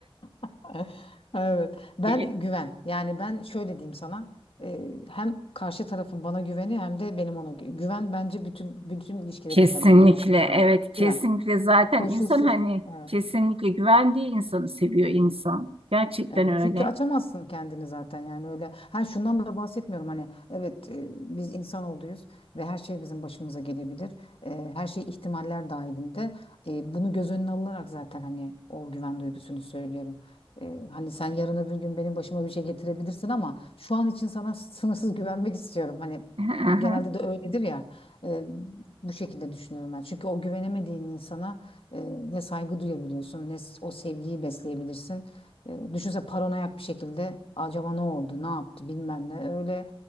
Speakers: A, on the left (about 75°); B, on the right (about 85°).
A: <laughs> Evet. Ben
B: <laughs>
A: güven. Yani ben şöyle diyeyim sana. Ee, hem karşı tarafın bana güveni hem de benim ona gü- güven bence bütün bütün ilişkilerin
B: Kesinlikle
A: temelinde olması lazım.
B: evet kesinlikle
A: Güven.
B: zaten
A: Koşulsuz.
B: insan hani
A: Evet.
B: kesinlikle güvendiği insanı seviyor insan. Gerçekten
A: Evet
B: öyle.
A: çünkü açamazsın kendini zaten yani öyle ha şundan da bahsetmiyorum hani evet e, biz insan olduğuyuz ve her şey bizim başımıza gelebilir E, her şey ihtimaller dahilinde E, bunu göz önüne alınarak zaten hani o güven duygusunu söylüyorum E, hani sen yarın öbür gün benim başıma bir şey getirebilirsin ama şu an için sana sınırsız güvenmek istiyorum hani
B: Aha,
A: genelde de öyledir ya E, bu şekilde düşünüyorum ben çünkü o güvenemediğin insana e, ne saygı duyabiliyorsun ne s- o sevgiyi besleyebilirsin e, düşünsene paranoyak bir şekilde acaba ne oldu, ne yaptı bilmem ne. Öyle